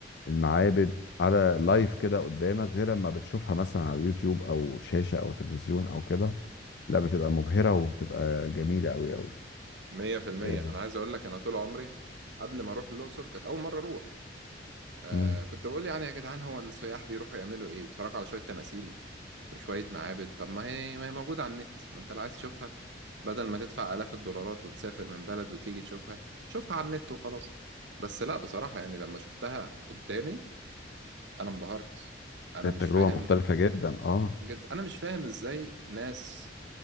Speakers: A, on the left; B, on the right.
A: المعابد على لايف كده قدامك غير لما بتشوفها مثلا على يوتيوب او شاشه او تلفزيون او كده لا بتبقى مبهره وبتبقى جميله قوي قوي
B: مية في المية
A: آه،
B: أنا عايز أقول لك أنا طول عمري قبل ما أروح الأقصر كانت أول مرة أروح آه
A: مم.
B: كنت بقول يعني يا جدعان هو السياح بيروحوا يعملوا ايه بيتفرجوا على شوية تماثيل وشوية معابد طب ما هي ما هي موجودة على النت ما انت اللي عايز تشوفها بدل ما تدفع آلاف الدولارات وتسافر من بلد وتيجي تشوفها شوفها على النت وخلاص بس لا بصراحة يعني لما شفتها قدامي انا انبهرت انا
A: التجربه
B: مش فاهم
A: مختلفه جدا اه
B: جد انا مش فاهم ازاي ناس